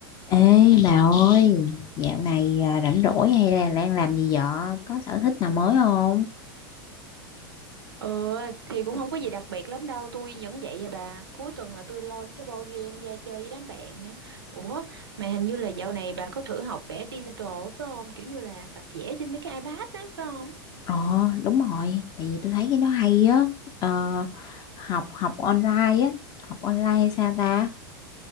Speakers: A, on the left; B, on the right.
A: Ê bà ơi, dạo này à, rảnh rỗi hay là đang làm gì vợ? Có sở thích nào mới không?
B: Ờ thì cũng không có gì đặc biệt lắm đâu Tôi vẫn vậy à bà Cuối tuần là tôi lôi mấy cái board game ra chơi với đám bạn á Ủa mà hình như là dạo này bà có thử học vẽ digital á, phải không Kiểu như là tập vẽ trên mấy cái iPad á phải không
A: Ờ, đúng rồi, tại vì tôi thấy cái đó hay á. Ờ, học học online á, học online hay sao ta?